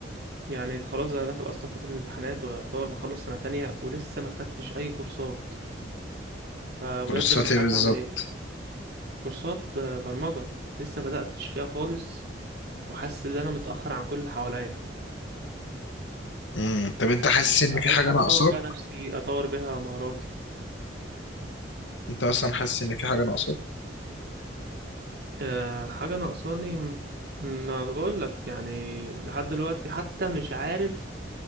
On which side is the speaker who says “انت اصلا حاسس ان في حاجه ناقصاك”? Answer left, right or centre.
Left